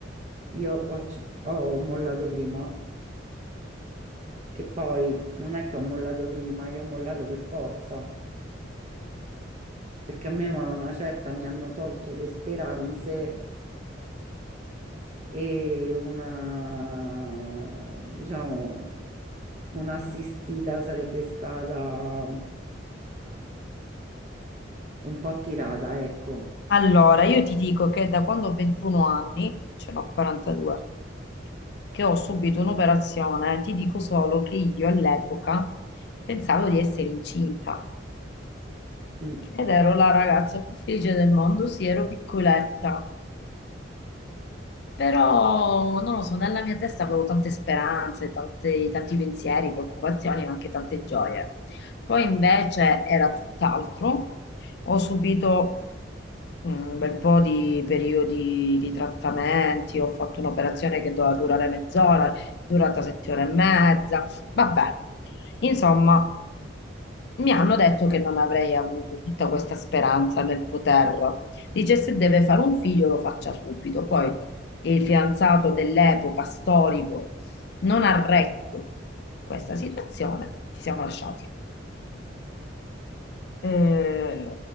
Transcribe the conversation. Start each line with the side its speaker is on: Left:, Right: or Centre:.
Right: io ho c- ho mollato prima, che poi non è che ho mollato prima, io ho mollato per forza. perché a me a una certa mi hanno tolto le speranze e una, diciamo, un'assistita sarebbe stata un po' tirata, ecco.
Left: Allora, io ti dico che da quando ho 21 anni, ce n'ho 42, che ho subito un'operazione, ti dico solo che io all'epoca pensavo di essere incinta.
Right: Mm.
Left: Ed ero la ragazza più felice del mondo, sì, ero piccoletta, però non lo so, nella mia testa avevo tante speranze, tante- tanti pensieri, preoccupazioni, ma anche tante gioie. Poi invece era tutt'altro. Ho subito mm, un bel po' di periodi di trattamenti, ho fatto un'operazione che doveva durare mezz'ora, è durata sette ore e mezza, vabbè. Insomma, mi hanno detto che non avrei avuto tutta questa speranza nel poter. Dice se deve fare un figlio lo faccia subito. Poi il fidanzato dell'epoca storico non ha retto questa situazione, ci siamo lasciati. Eh,